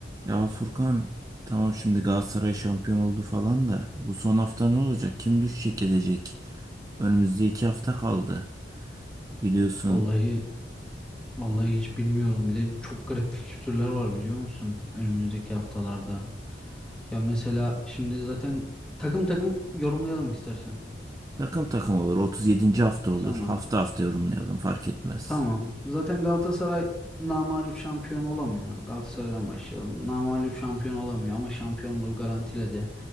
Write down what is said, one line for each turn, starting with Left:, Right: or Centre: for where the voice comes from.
Right: Ya Furkan tamam şimdi Galatasaray şampiyon oldu falan da bu son hafta ne olacak? Kim düşecek edecek? Önümüzde iki hafta kaldı. Biliyorsun
Centre: Vallahi vallahi hiç bilmiyorum. Bir de çok garip fikstürler var biliyor musun? Önümüzdeki haftalarda. Ya mesela şimdi zaten takım takım yorumlayalım istersen.
Right: takım takım olur. 37. hafta olur.
Centre: Tamam.
Right: Hafta hafta yorumlayalım fark etmez.
Centre: Tamam. Zaten Galatasaray namağlup şampiyon olamıyor. Galatasaray'dan başlayalım. Namağlup şampiyon olamıyor ama şampiyonluğu garantiledi.